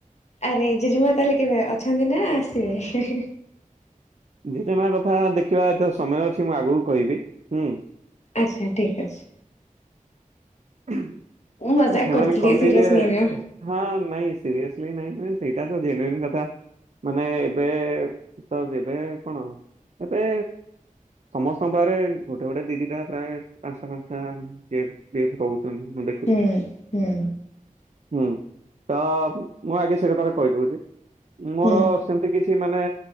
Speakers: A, on the left; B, on the right.
A: ଆରେ ଜେଜେମା ତାହେଲେ କେବେ ଅଛନ୍ତି ନା ଆସିବେ।
B: ଜେଜେମା କଥା ଦେଖିବା, ଏଇତ ସମୟ ଅଛି ମୁଁ ଆଗକୁ କହିବି ହୁଁ।
A: ଆଚ୍ଛା, ଠିକ୍ ଅଛି।
B: ହୁଁ।
A: ମୁଁ ମଜାକ
B: ସେମାନେ
A: କରିଥିଲି
B: କହନ୍ତି
A: ସିରିୟସ୍
B: ଯେ,
A: ନେଇନିଅ।
B: ହଁ ନାଇଁ ସିରିସେ ନାହଁ ସେଇଟା ତ ଜେନେରିନି କଥା। ମାନେ ଏବେ ତ, ଯେବେ କଣ ଏବେ ସମସ୍ତଙ୍କ ପାହାରେ ଗୋଟେ, ଗୋଟେ, ଦିଦିଟା ପ୍ରାୟ ପାଞ୍ଚଟା, ପାଞ୍ଚଟା କିଏ ପି ଏପେ କହୁଛନ୍ତି। ମୁଁ ଦେଖ
A: ହୁଁ, ହୁଁ।
B: ହୁଁ। ତ ମୁଁ ଆଗେ ସେ କଥା କହିଦଉଛି। ମୋର
A: ହୁଁ।
B: ସେମିତି କିଛି ମାନେ,